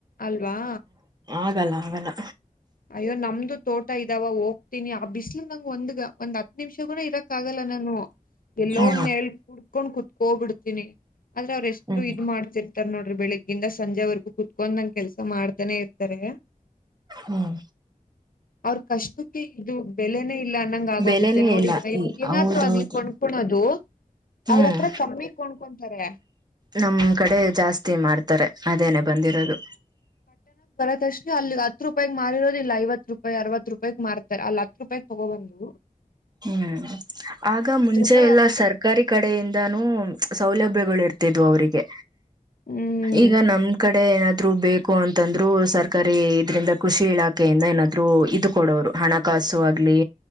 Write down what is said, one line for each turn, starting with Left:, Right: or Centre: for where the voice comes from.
Left: ಅಲ್ವಾ.
Right: ಆಗಲ್ಲ ಆಗಲ್ಲ.
Left: ಅಯ್ಯೋ ನಮ್ದು ತೋಟ ಇದಾವ ಹೋಗ್ತೀನಿ ಆ ಬಿಸಿಲು ನಂಗಗೆ ಒಂದ್ಗ ಒಂದ್ ಹತ್ ನಿಮಿಷ ಗೂಡ ಇರಕ್ ಆಗಲ್ಲ ನಾನು. ಎಲ್ಲೋ
Right: ಹ್ಮ್
Left: ಒಂದ ನೆರಳ ಕುಂತು ಕುೂತ್ಕೊಂಡ್ ಕುೂತ್ಕೋ ಬಿಡ್ತೀನಿ ಆದ್ರೆ ಅವ್ರ ಎಷ್ಟು
Right: ಹ್ಮ್
Left: ಇದ್ ಮಾಡ್ತಿರ್ತಾರ್ ನೋಡ್ರಿಬೆಳಗಿಂದ ಸಂಜೆವರೆಗೂ ಕುೂತ್ಕೊಂಡ್ ಇರದೇ ಕೆಲಸ. ಮಾಡ್ತಾನೆ ಇರ್ತಾರೆ
Right: ಹ್ಮ್
Left: ಅವ್ರ ಕಷ್ಟಕ್ಕೆ ಇದು ಬೆಲೆನೇ ಇಲ್ಲಾ ಅನ್ನಂಗ ಆಗೋಗುತ್ತೆ
Right: ಬೆಲೆನೇ
Left: ನೋಡಿದ್ರ
Right: ಇಲ್ಲ
Left: ಇವ
Right: ಈ
Left: ಏನಾದ್ರು
Right: ಹೌದೌದು
Left: ಅಗ್ಲಿ ಕೊಂಡುಕೊಳ್ಳೋದು
Right: ಹ್ಮ್
Left: ಅವ್ರ ಹತ್ರ ಕಮ್ಮಿ ಕೋಡ ಹಕೊಂತಾರೆ.
Right: ನಮ್ ಕಡೆ ಜಾಸ್ತಿ ಮಾರ್ತಾರೆ ಅದೇನೆೇ ಬಂದಿರೋದು.
Left: ಕ್ಷ ಅಲ್ಲಿಗ್ ಹತ್ತು ರೂಪಾಯ ಮಾರಿರೋ ಲ್ಲಲ್ಲ ಐವತ್ತು ರೂಪಾಯಿ ಅರವತ್ತು ರೂಪಾಯ ಮಾರ್ತಾರೆ ಅಲ್ಲಿ ಹತ್ತು ರೂಪಾಯಿ ತೊಗೋಬಂದು.
Right: ಹ್ಮ್ ಆಗ ಮುಂಚೆ
Left: ರೂಪಾಯಿ
Right: ಎಲ್ಲಾ
Left: ಅರವತ್
Right: ಸರ್ಕಾರಿ ಕಡೆಯಿಂದಾನೂ ಸೌಲಭ್ಯಗಳ ಇರ್ತ ತ್ತಿದು ಅವರಿಗೆ.
Left: ಹ್ಮ್
Right: ಈಗ ನಮ್ ಕಡೆ ಏನಾದ್ರು ಬೇಕು. ಅಂತಂದ್ರು ಸರ್ಕಾರಿ ಇದ್ರಿಂದ ಕೃಷಿ ಇಲಾಖೆಯಿಂದ ಏನಾದ್ರೂ ಇದು ಕೊಡೋರು ಹಣಕಾಸು ಆಗ್ಲಿ